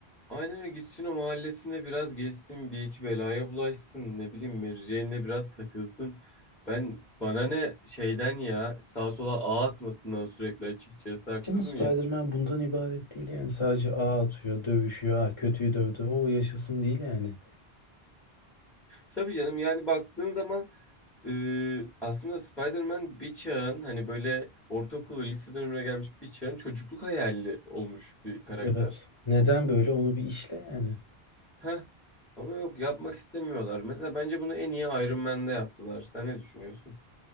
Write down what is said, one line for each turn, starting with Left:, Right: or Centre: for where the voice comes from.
Centre: aynen öyle gitsin o mahallesinde biraz gezsin bir iki belaya bulaşsın ne bileyim Mary Jane'le biraz takılsın. Ben bana ne şeyden ya sağa sola ağ atmasından sürekli açıkçası haksız
Left: Değil mi? Spider-Man
Centre: mıyım?
Left: bundan ibaret değil yani. Sadece ağ atıyor, dövüşüyor. Ha, kötüyü dövdü. O yaşasın değil yani.
Centre: Tabii canım yani baktığın zaman e, aslında Spider-Man bir çağın hani böyle ortaokul ve lise dönemine gelmiş bir çağın çocukluk hayali olmuş bir karakter.
Left: Evet. Neden böyle onu bir işle yani.
Centre: Heh. Ama yok yapmak istemiyorlar. Mesela bence bunu en iyi Iron Man'de yaptılar. Sen ne düşünüyorsun?